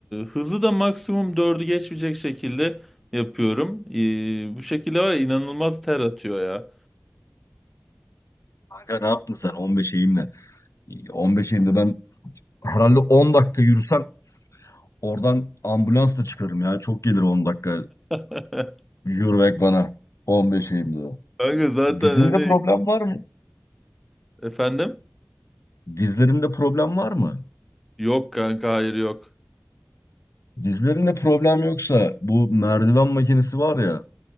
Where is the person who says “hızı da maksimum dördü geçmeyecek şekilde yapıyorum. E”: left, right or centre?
Centre